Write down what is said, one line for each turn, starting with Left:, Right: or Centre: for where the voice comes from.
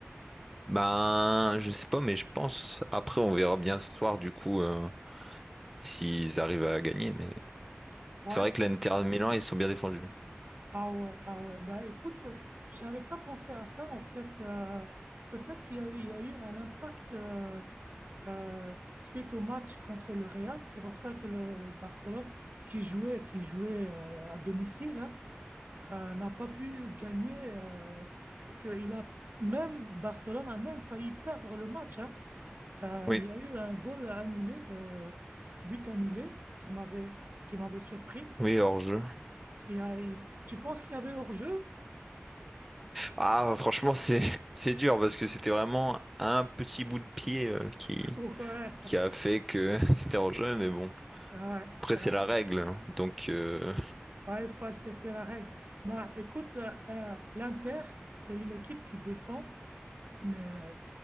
Centre: Ben, je sais pas, mais je pense... Après, on verra bien ce soir, du coup, euh, s'ils arrivent à gagner. Mais
Right: Ouais.
Centre: c'est vrai que l'Inter Milan, ils sont bien défendus.
Right: Ah ouais, ah ouais. Bah écoute, euh, j'avais pas pensé à ça en fait. Euh, peut-être qu'il y a, eu il y a eu un impact euh, euh, suite au match contre le Real. C'est pour ça que le, le Barcelone, qui jouait, qui jouait euh, à domicile, hein, euh, n'a pas pu gagner euh, et que il a même Barcelone a même failli perdre le match. hein. Euh,
Centre: Oui,
Right: il y a eu un goal annulé, euh, un but annulé qui m'avait qui m'avait surpris.
Centre: oui, hors-jeu.
Right: Et, euh, il- tu penses qu'il y avait hors-jeu?
Centre: Ah, franchement, c'est <laughs> c'est dur parce que c'était vraiment un petit bout de pied euh, qui
Right: <laughs>
Centre: qui a fait que <laughs> c'était en jeu, mais bon.
Right: Ouais, ouais,
Centre: Après, c'est
Right: ouais.
Centre: la règle. hein. Donc, euh,
Right: Ouais, il faut accepter la règle. Bah, écoute, euh, euh, l'Inter, c'est une équipe qui défend, mais